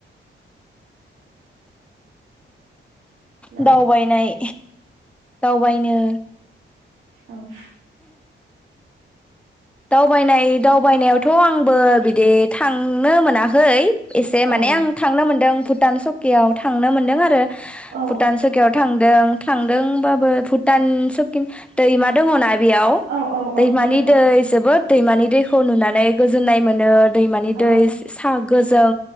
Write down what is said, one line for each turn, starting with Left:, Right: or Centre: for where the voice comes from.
Right: औ
Centre: <inaudible> दावबायनाय दावबायनो
Right: औ।
Centre: दावबायनाय दावबायनायावथ' आंबो बिदि थांनो मोनाखै। एसे
Right: औ
Centre: माने आं थांनो मोनदों भुटान सकेयाव थांनो मोनदों आरो।
Right: औ
Centre: भुटान सकियाव थांदों। थांदोंबाबो भुटान सकिं दैमा दङना? बेयाव
Right: औ औ
Centre: दैमानि
Right: औ दैमा
Centre: दै
Right: दं
Centre: बोद दैमानि दैखौ नुनानै गोजोननाय मोनो। दैमानि
Right: औ
Centre: दै सा गोजों